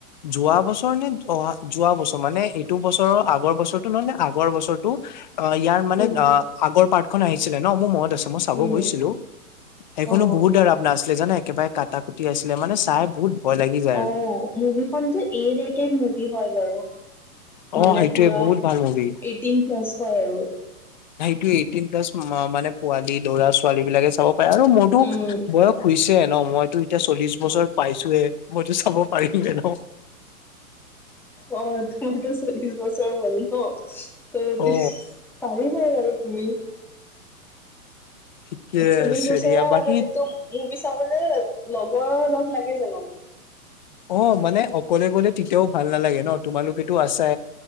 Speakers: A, on the left; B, in the centre.
A: যোৱা বছৰ নে অহা যোৱা বছৰ মানে এইটো বছৰৰ আগৰ বছৰো নহয় নে আগৰ বছৰ। অ', ইয়াৰ মানে
B: উম
A: অ', আগৰ পাটৰ্খন আহিছিলে ন মোৰ মনত আছে। মই চাব
B: উম
A: গৈছিলো সেইখনো
B: অ
A: বহুত দৰ আপ ননা আছিলে জানা একেবাৰে। কটা কুটি আছিলে মানে চাই বহুত ভয় লাগি যায়
B: অ',
A: আৰু
B: মুভিখনতো এ লেটেড মুভি হয় বাৰু।
A: অ
B: মানে
A: সেইটোয়ে
B: পুৰা
A: বহুত ভাল মুভি
B: এইটিন প্লাছ হয় আৰু।
A: সেইটো এইটিন প্লাছ মানে পোৱালী ল'ৰা ছোৱালী বিলাকে চাব পাৰে আৰু মোৰতো
B: উম
A: বয়স। শুইছে ন মইতো এতিয়া চল্লিশ বছৰ পাইছোয়ে মইতো চাব পাৰিমে ন।
B: অ', তোৰতো চল্লিশ বছৰ হ'ল ন ত
A: অ
B: পাৰিবই বাৰু তুমি।
A: ঠিকে
B: চল্লিশ
A: আছে
B: বছৰৰ
A: দিয়া বাকী
B: হ'লে টো মভিয়ে চাবলৈ লগৰ লগ লাগে জানো?
A: অ', মানে অকলে গলে তেতিয়াও ভাল নালাগে ন তোমালোকেতটো আছছে